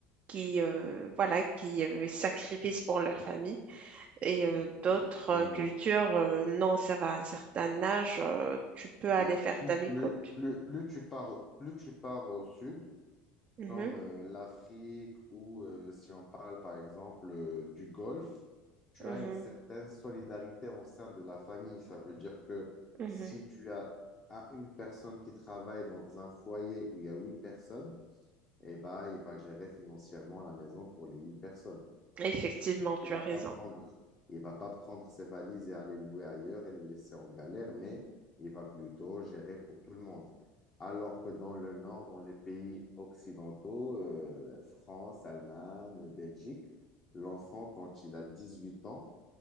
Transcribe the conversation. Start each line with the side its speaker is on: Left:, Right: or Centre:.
Right: qui, euh, voilà, qui euh, sacrifient pour leur famille. Et euh,
Left: exactement.
Right: d'autres euh, cultures, euh, non, ça va à un certain âge, euh, tu peux aller
Left: Bah,
Right: faire
Left: plus,
Right: ta vie
Left: plus,
Right: comme tu
Left: plus, plus tu pars, plus tu pars au sud,
Right: veux. Mhm,
Left: comme euh, l'Afrique ou euh, si on parle par exemple euh, du Golfe, tu
Right: mhm,
Left: as une certaine solidarité au sein de la famille. Ça veut dire que
Right: mhm.
Left: si tu as, as une personne qui travaille dans un foyer où il y a huit personnes, eh ben, il va gérer financièrement la maison pour les huit personnes.
Right: Effectivement, tu
Left: Il va
Right: as raison.
Left: pas prendre, il va pas prendre ses valises et aller louer ailleurs et les laisser en galère, mais il va plutôt gérer pour tout le monde. Alors que dans le nord, dans les pays occidentaux, euh, France, Allemagne, Belgique, l'enfant, quand il a 18 ans,